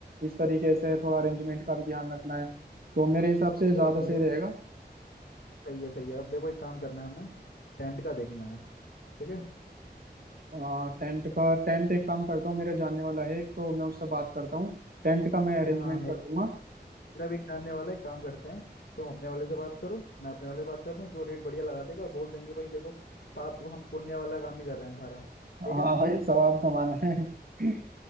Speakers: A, on the right; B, on the left.
A: इस तरीके से थोड़ा अरेंजमेंट का भी ध्यान रखना है तो मेरे हिसाब से
B: देखो
A: ज्यादा
B: अब
A: सही
B: ये
A: रहेगा
B: सही है सही है अब देखो एक काम करना है हमें टेंट का देखना है ठीक है
A: आ, टेंट का टेंट एक काम करता हूँ मेरे जानने वाला है एक तो मैं उससे बात करता हूँ टेंट का मैं अरेंजमेंट
B: मेरा हाँ मेरा
A: कर दूंगा
B: मेरा भी एक जानने वाला है एक काम करते हैं तुम अपने वाले से बात करो मैं अपने वाले से बात करता हूँ जो रेट बढ़िया लगा देगा और बोल देंगे भाई देखो पाप हम पुण्य वाला काम ही कर रहे हैं सारा
A: हाँ
B: ठीक है
A: भाई सवाब कमाना है <laughs>